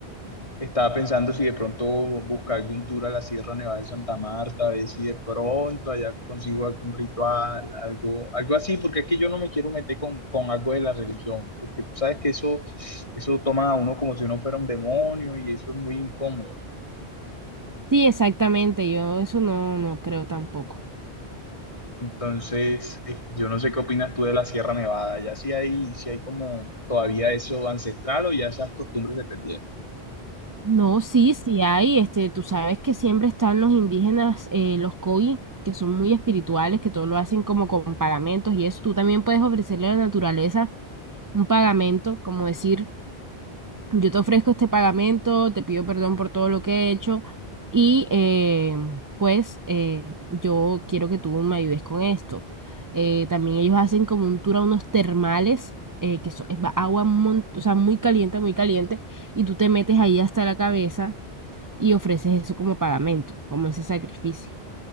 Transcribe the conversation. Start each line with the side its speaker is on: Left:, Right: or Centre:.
Left: Estaba pensando si de pronto buscar algún tour a la Sierra Nevada de Santa Marta, a ver si de pronto allá consigo algún ritual, algo, algo así, porque es que yo no me quiero meter con, con algo de la religión, porque tú sabes que eso, eso toma a uno como si uno fuera un demonio y eso es muy incómodo.
Right: Sí, exactamente, yo eso no, no creo tampoco.
Left: Entonces, eh, yo no sé qué opinas tú de la Sierra Nevada, ya si hay, si hay como todavía eso ancestral o ya esas costumbres se perdieron.
Right: No, sí, sí hay, este, tú sabes que siempre están los indígenas, eh, los koi, que son muy espirituales, que todo lo hacen como con pagamentos y eso, tú también puedes ofrecerle a la naturaleza un pagamento, como decir Yo te ofrezco este pagamento, te pido perdón por todo lo que he hecho y eh, pues eh, yo quiero que tú me ayudes con esto. Eh, también ellos hacen como un tour a unos termales, eh, que so- es ba- agua mon- o sea, muy caliente, muy caliente, y tú te metes ahí hasta la cabeza y ofreces eso como pagamento, como ese sacrificio.